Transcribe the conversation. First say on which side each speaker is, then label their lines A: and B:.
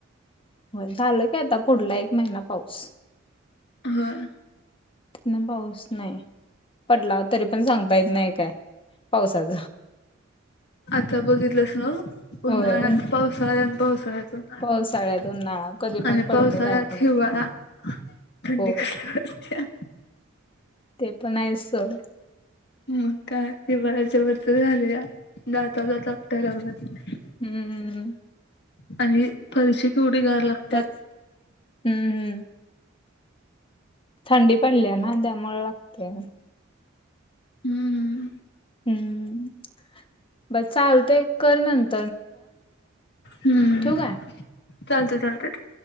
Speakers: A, on the left; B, on the left.
A: होय झाल की आता पुढला एक महिना पाऊस
B: व्हय
A: न पाऊस नयी पडला तरी पण सांगता येत नायी काय पावसाच
B: <inaudible> आता बघितलस नाव उन्हाळ्याचा,
A: होय उन
B: पावसाळा आणि पावसाळ्यात, उन्हाळा
A: पावसाळ्यात कधी
B: आणि
A: पण पडतय
B: पावसाळा
A: काय पण
B: हिवाळा
A: होतय
B: थंडी
A: होय
B: कसली वाजतीया
A: ते पण हायच सोड
B: मग काय हिवाळ्याच वरच झालया दाता दात आपटाय लागलेत
A: हम्म
B: आणि फरशी केवढी गार लागत
A: बच हम्म थंडी पडलीया ना त्यामुळे लागतय
B: हम्म
A: हम्म बरं चालतंय कर नंत
B: हम्म
A: ठेवू काय
B: चालतंय, चालतंय